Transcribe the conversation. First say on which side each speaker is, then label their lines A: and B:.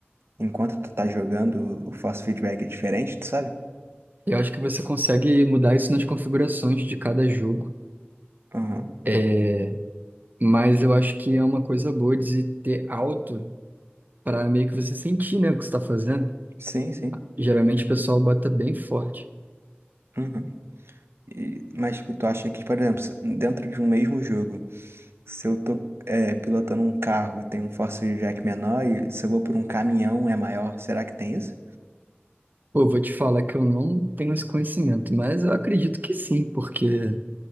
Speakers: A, on the right; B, on the right.
A: enquanto tu tá jogando, o force feedback é diferente, tu sabe?
B: Eu acho que você consegue mudar isso nas configurações de cada jogo.
A: Aham.
B: É, Mas eu acho que é uma coisa boa de se ter alto para meio que você sentir, né, o que você está fazendo.
A: Sim, sim.
B: Geralmente o pessoal bota bem forte.
A: Uhum. E- mas tipo, tu acha que, por exemplo, se- dentro de um mesmo jogo, se eu tô é, pilotando um carro, tem um Force Jack menor, e se eu vou por um caminhão é maior, será que tem isso?
B: Pô, vou te falar que eu não tenho esse conhecimento, mas eu acredito que sim, porque,